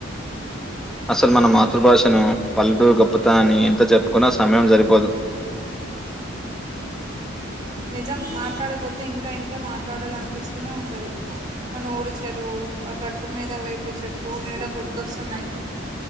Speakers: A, in the centre; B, on the right (about 20°).
A: అసలు మన మాతృభాషను పల్లెటూరు గొప్పతనన్న ఎంత చెప్పుకున్నా సమయం సరిపోదు
B: నిజం మాట్లాడే కొద్ది ఇంకా ఇంకా మాట్లాడాలనిపిస్తూనే ఉంటది మన ఊరి చెరువు ఆ గట్టు మీద వేప చెట్టు నీడ గుర్తొస్తున్నాయి.